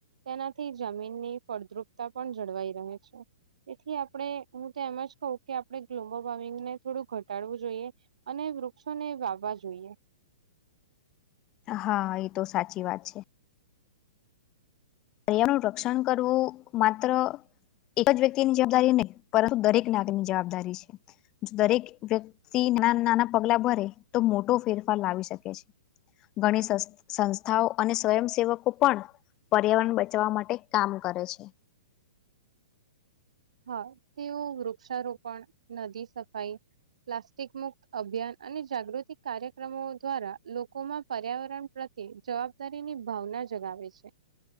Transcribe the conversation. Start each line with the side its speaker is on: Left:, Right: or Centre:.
Right: તેનાથી જમીનની ફળદ્રુપતા પણ જળવાઈ રહે છે. તેથી આપણે હું તો એમ જ કહું કે આપણે ગ્લોબલ વોર્મિંગને થોડું ઘટાડવું જોઈએ અને વૃક્ષોને વાવવા જોઈએ.
Left: હા એ તો સાચી વાત છે. પર્યારણ નું રક્ષણ કરવું માત્ર એક જ વ્યક્તિની જવાબદારી નહી પરંતુ દરેક નાગની જવાબદારી છે દરેક વ્યક્તિ નાના પગલા ભરે તો મોટો ફેરફાર લાવી શકે છે. ઘણી સંસ્થાઓ અને સ્વયંસેવકો પણ પર્યાવરણ બચવા માટે કામ કરે છે.
Right: હા તેઓ વૃક્ષારોપણ નદી સફાઈ પ્લાસ્ટિક મુક્ત અભિયાન અને જાગૃતિ કાર્યક્રમો દ્વારા લોકોમાં પર્યાવરણ પ્ર જવાબદારી ની ભાવના જગાવે છે.